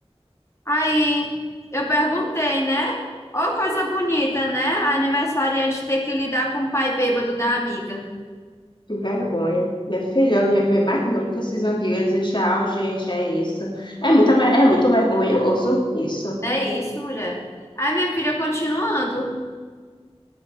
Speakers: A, on the left (about 25°); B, on the left (about 45°).
A: Aí eu perguntei, né? Ô, coisa bonita, né? A aniversariante ter que lidar com o pai bêbado da amiga.
B: que vergonha. Minha filha, eu não ia ver mais nunca esses amigos. Eu ia dizer tchau, gente, é isso. É muita, ver- é muito vergonhoso isso.
A: é isso, mulher. Aí minha filha, continuando,